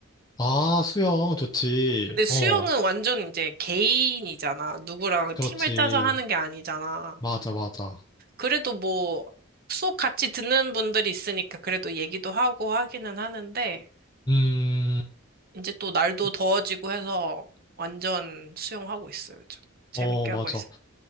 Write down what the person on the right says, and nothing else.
근데 수영은
완전 이제 개인이잖아. 누구랑
팀을 짜서 하는 게 아니잖아.
그래도 뭐 수업 같이 듣는 분들이 있으니까 그래도 얘기도 하고 하기는 하는데,
이제 또 날도
더워지고 해서 완전 수영하고 있어요, 요즘. 재밌게
하고 있어.